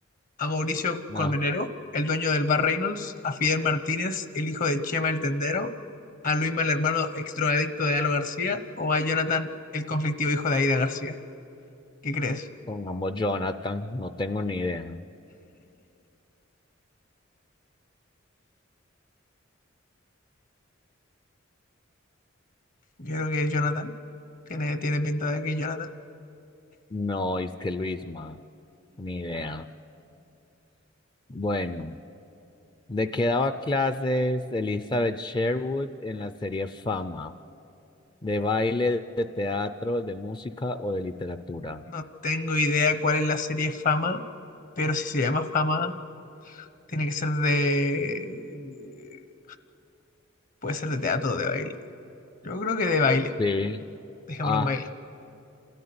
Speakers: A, on the left; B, on the left.
A: ¿A Mauricio
B: Nah,
A: Colmenero, el dueño del bar Reynolds? ¿A Fidel Martínez, el hijo de Chema el Tendero? ¿A Luisma el hermano extroadicto de Alo García? ¿O a Jonathan, el conflictivo hijo de Aída García? ¿Qué crees?
B: pongamos Jonathan, no tengo ni idea.
A: Yo creo que es Jonathan. Tiene, tiene pinta de que es Jonathan.
B: No, es que Luisma, ni idea. Bueno, ¿de qué daba clases Elizabeth Sherwood en la serie Fama? ¿De baile, de teatro, de música o de literatura?
A: No tengo idea cuál es la serie Fama, pero si se llama Fama, tiene que ser de... Puede ser de teatro o de baile. Yo creo que de baile.
B: Sí.
A: Dejémoslo
B: Ah,
A: en baile.